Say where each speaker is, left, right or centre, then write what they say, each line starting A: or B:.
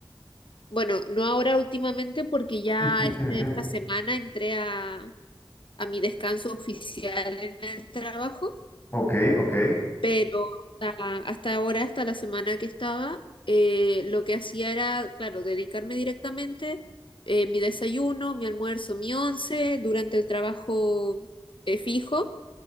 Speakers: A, on the left; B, on the left.
A: Bueno, no ahora últimamente porque ya
B: <laughs>
A: este- esta semana entré a, a mi descanso oficial en el trabajo
B: Ok, ok,
A: Pero hasta, hasta ahora, hasta la semana que estaba, eh, lo que hacía era, claro, dedicarme directamente eh, mi desayuno, mi almuerzo, mi once durante el trabajo eh, fijo